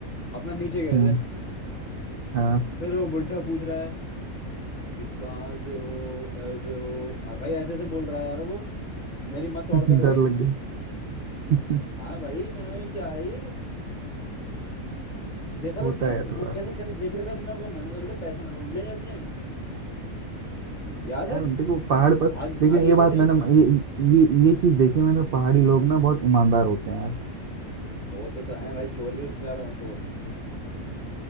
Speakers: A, on the left; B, on the right.
A: अपना नीचे गए
B: हम्म
A: थे
B: हाँ
A: फिर वो बुढ़ा पूछ रहा है कि कहाँ से हो ऐसे हो और भाई ऐसे ऐसे बोल रहा है यार वो मेरी मत और
B: <laughs>
A: कट
B: डर
A: गई
B: लग गया <laughs>
A: हाँ भाई मैंने क्या है ये देखा
B: होता
A: था सीन
B: है थोड़ा
A: वो कैसे कैसे देख रहे थे अपना को मैंने कहा बेटा पैसे ना लूट लें ये अपने याद
B: यार
A: है
B: देखो पहाड़ पर
A: भाग
B: लेकिन
A: भागे
B: ये बात
A: भी थे
B: मैंने
A: अपना
B: ये ये ये चीज देखी है मैंने पहाड़ी लोग ना बहुत ईमानदार होते हैं यार
A: होते तो हैं भाई चोर भी तो सबसे ज्यादा वहीं पे होते हैं